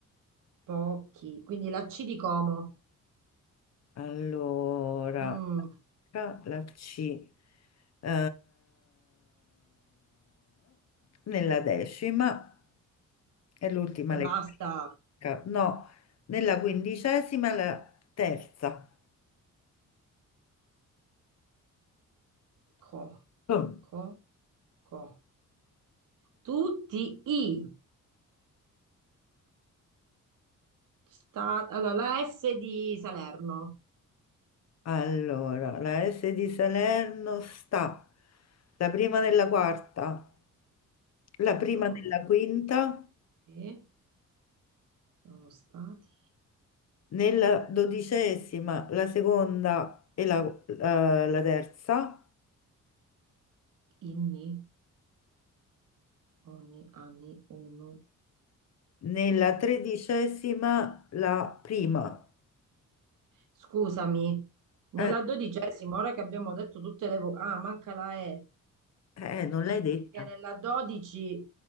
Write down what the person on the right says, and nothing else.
pochi. Quindi la C di Como.
Mm,
e
basta.
Co,
co, co. Tutti i... Sta- Allora, la S di Salerno
sono,
e sono stati
inni, ogni anni uno.
Scusami, nella
dodicesima, ora che abbiamo detto tutte le vocali, ah, manca la E,
perché nella dodici